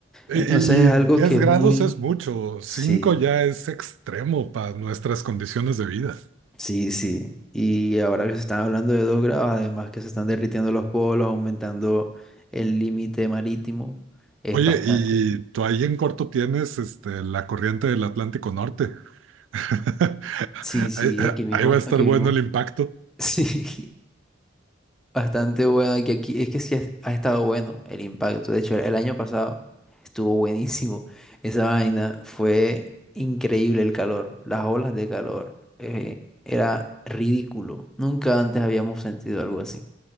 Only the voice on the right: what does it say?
Y,
y 10
grados
es mucho, cinco
ya es extremo para nuestras condiciones de vida.
Oye,
y, y tú ahí en corto tienes este, la corriente del Atlántico Norte. <laughs>
Ahí,
ahí va a estar
bueno
el impacto.